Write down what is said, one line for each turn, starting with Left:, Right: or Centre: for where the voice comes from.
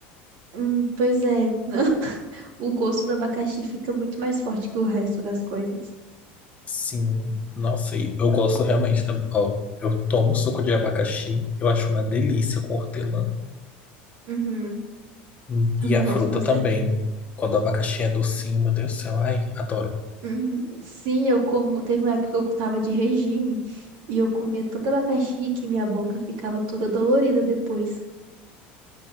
Right: Hum, pois é, <laughs> o gosto do abacaxi fica muito mais forte que o resto das coisas.
Left: Sim, nossa, e eu gosto realmente também. Ó, eu tomo suco de abacaxi, eu acho uma delícia com hortelã.
Right: Uhum,
Left: Hum,
Right: Também
Left: E a
Right: gosto
Left: fruta
Right: bastante.
Left: também. Quando o abacaxi é docinho, meu Deus do céu, ai, adoro.
Right: uhum. Sim, eu como. Teve uma época que eu tava de regime e eu comia tanto abacaxi que minha boca ficava toda dolorida depois.